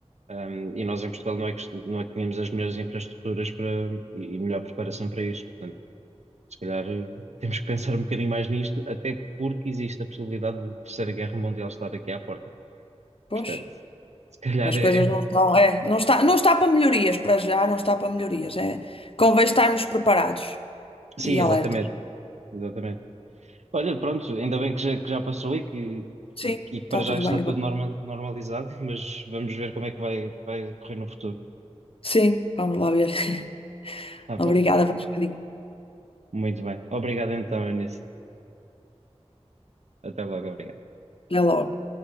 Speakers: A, on the right (about 80°); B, on the left (about 55°).
A: Hum, e nós em Portugal não é que, não é que tínhamos as melhores infraestruturas para, e e melhor preparação para isto. Portanto, se calhar hum, <laughs> temos que pensar um bocadinho mais nisto, até porque existe a possibilidade de Terceira Guerra Mundial estar aqui à porta. Portanto,
B: Pois,
A: se calhar
B: as
A: é...
B: coisas
A: é-
B: não estão, é, não está, não está para melhorias para já, não está para melhorias, é. Convém estarmos preparados
A: Sim,
B: e alertas.
A: exatamente, exatamente. Olha, pronto, ainda bem que já, que já passou e que,
B: Sim,
A: e, e que
B: está
A: para já
B: tudo
A: está
B: bem agora.
A: tudo norma- normalizado, mas vamos ver como é que vai, vai correr no futuro.
B: Sim, vamos lá ver. <laughs>
A: Tá
B: Obrigada
A: bom,
B: por um bocadinho.
A: muito bem. Obrigado então, Eunice. Até logo, obrigado.
B: Até logo.